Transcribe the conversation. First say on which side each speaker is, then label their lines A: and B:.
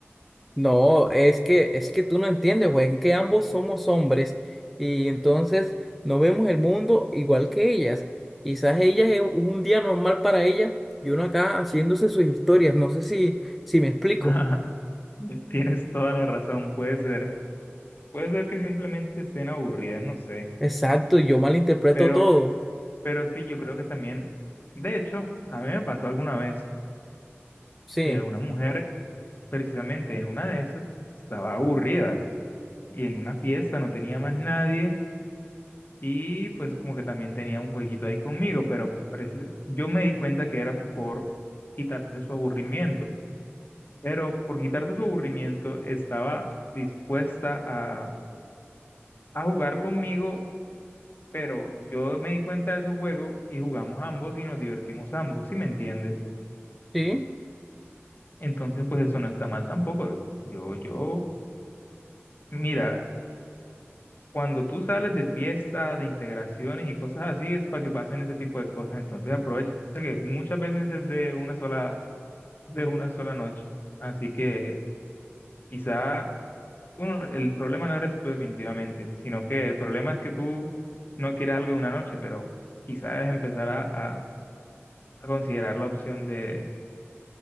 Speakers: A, in the centre; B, on the left.
A: No, es que, es que tú no entiendes, güey, en que ambos somos hombres y entonces no vemos el mundo igual que ellas. Quizás ellas es un día normal para ellas y uno acá haciéndose sus historias. No sé si, si me explico.
B: <laughs> tienes toda la razón. Puede ser, puede ser que simplemente estén aburridas, no sé.
A: Exacto, yo malinterpreto
B: Pero,
A: todo.
B: pero es que yo creo que también, de hecho, a mí me pasó alguna vez
A: Sí,
B: que una mujer, precisamente en una de esas, estaba aburrida y en una fiesta no tenía más nadie y pues como que también tenía un jueguito ahí conmigo, pero parece- yo me di cuenta que era por quitarse su aburrimiento, pero por quitarse su aburrimiento estaba dispuesta a, a jugar conmigo, pero yo me di cuenta de su juego y jugamos ambos y nos divertimos ambos, si me entiendes?
A: sí.
B: Entonces pues eso no está mal tampoco. Yo, yo, mira. Cuando tú sales de fiestas, de integraciones y cosas así, es para que pasen ese tipo de cosas. Entonces aprovecha que muchas veces es de una sola, de una sola noche. Así que quizá uno, el problema no eres tú definitivamente, sino que el problema es que tú no quieres algo de una noche, pero quizá debes empezar a, a, a considerar la opción de,